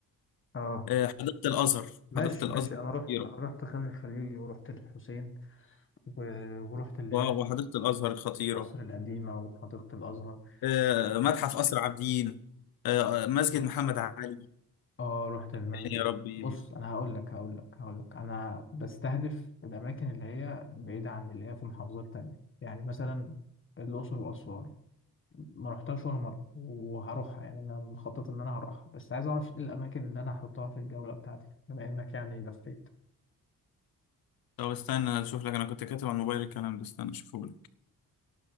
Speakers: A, on the left; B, on the left.
A: اه
B: آه، حديقة الأزهر
A: ماشي
B: حديقة الأزهر
A: ماشي انا رحت
B: خطيرة
A: انا رحت خان الخليلي ورحت الحسين و... ورحت اللي
B: واو
A: هي
B: وحديقة الأزهر خطيرة
A: مصر القديمه وحديقه الازهر
B: آه، متحف
A: يعني مثلا
B: قصر عابدين آه، آه، مسجد
A: متحف
B: محمد علي
A: اه رحت المسجد
B: يعني يا ربي
A: بص انا هقول لك هقول لك هقول لك انا بستهدف الاماكن اللي هي بعيده عن اللي هي في محافظات تانية يعني مثلا الاقصر واسوان ما رحتهاش ولا مره وهروحها يعني انا مخطط ان انا هروحها بس عايز اعرف ايه الاماكن اللي انا هحطها في الجوله بتاعتي بما انك يعني لفيت
B: طب استنى اشوف لك انا كنت كاتب على الموبايل الكلام ده استنى اشوفه لك